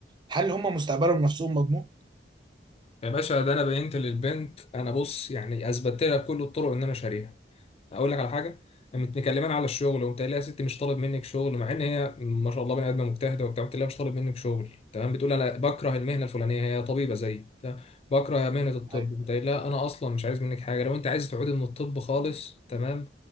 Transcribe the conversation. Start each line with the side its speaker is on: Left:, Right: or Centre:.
Right: هل هم مستقبلهم نفسهم مضمون؟
Left: يا باشا ده انا بينت للبنت انا بص يعني اثبتت لها بكل الطرق ان انا شاريها اقول لك على حاجه متكلمان على الشغل وقمت قايل لها يا ستي مش طالب منك شغل مع ان هي ما شاء الله بني ادمه مجتهده وبتاع قلت لها مش طالب منك شغل تمام بتقول انا بكره المهنه الفلانيه هي طبيبه زيي تمام بكره مهنه الطب
Right: ايوه
Left: قمت قايل لها انا اصلا مش عايز منك حاجه لو انت عايز تعودي من الطب خالص تمام